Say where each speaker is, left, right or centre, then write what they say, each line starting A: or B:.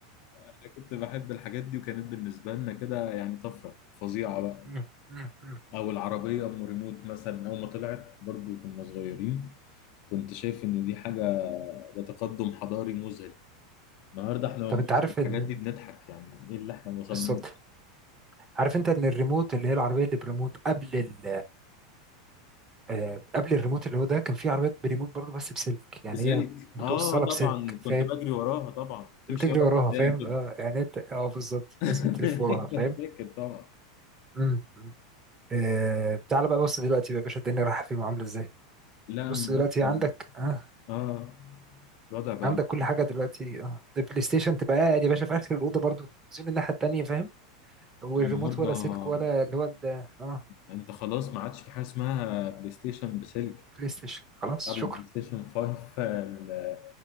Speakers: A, on the left; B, on the right.
A: انا كنت بحب الحاجات دي وكانت بالنسبة لنا كده يعني طفرة فظيعة بقى
B: <laughs> مم. مم. مم.
A: او العربية ام ريموت مثلا اول ما طلعت برضو كنا صغيرين كنت شايف ان دي حاجه ده تقدم حضاري مذهل النهارده احنا لما
B: طب
A: بنبص
B: انت عارف
A: على الحاجات
B: ال...
A: دي بنضحك يعني ايه اللي احنا وصلنا
B: بالظبط
A: له
B: عارف انت ان الريموت اللي هي العربيه اللي بريموت قبل ال... آه، قبل الريموت اللي هو ده كان في عربيات بريموت برضه بس بسلك يعني
A: بسلك
B: هي بتوصلها
A: اه طبعا
B: بسلك فاهم
A: كنت بجري وراها طبعا تمشي
B: وتجري
A: ورا
B: وراها
A: قدام
B: فاهم
A: كده
B: اه يعني انت اه بالظبط
A: <laughs>
B: لازم تلف وراها فاهم
A: فاكر طبعا
B: مم. مم. آه... تعالى بقى بص دلوقتي بقى يا باشا الدنيا رايحه فين وعامله ازاي
A: لا
B: بص
A: النهارده
B: دلوقتي عندك اه
A: اه الوضع بقى
B: عندك كل
A: مخيف.
B: حاجه دلوقتي اه البلاي ستيشن تبقى قاعد يا باشا في اخر الاوضه برضه التلفزيون الناحيه التانيه فاهم والريموت
A: النهارده
B: ولا سلك ولا اللي هو ال- اه
A: انت خلاص ما عادش في حاجه اسمها بلاي ستيشن بسلك
B: بلاي ستيشن خلاص
A: قبل
B: شكرا
A: البلاي ستيشن 5 ال-